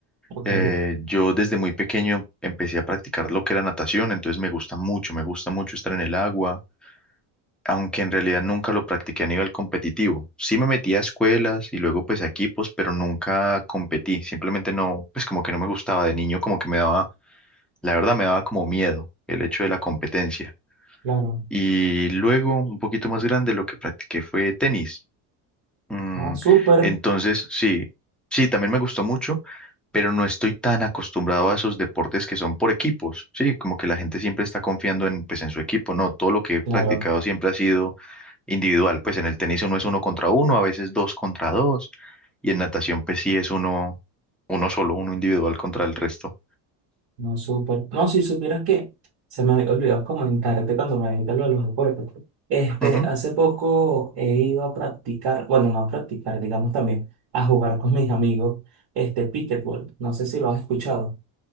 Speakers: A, on the right; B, in the centre.
A: Ok,
B: Eh, yo desde muy pequeño empecé a practicar lo que era natación, entonces me gusta mucho, me gusta mucho estar en el agua, aunque en realidad nunca lo practiqué a nivel competitivo. Sí me metí a escuelas y luego pues a equipos, pero nunca competí, simplemente no, pues como que no me gustaba de niño, como que me daba, la verdad me daba como miedo el hecho de la competencia.
A: claro.
B: Y luego, un poquito más grande, lo que practiqué fue tenis. Mm,
A: Ah, súper,
B: entonces, sí, sí, también me gustó mucho, pero no estoy tan acostumbrado a esos deportes que son por equipos, sí, como que la gente siempre está confiando en, pues, en su equipo, no, todo lo que he practicado
A: claro.
B: siempre ha sido individual, pues en el tenis uno es uno contra uno, a veces dos contra dos, y en natación pues sí es uno, uno solo, uno individual contra el resto.
A: No, súper. No, si supieras que se me había olvidado comentarte cuando me dijiste lo de los deportes. Este,
B: Ujú.
A: hace poco he ido a practicar, bueno, no a practicar, digamos también, a jugar con mis amigos, este, pickleball. No sé si lo has escuchado.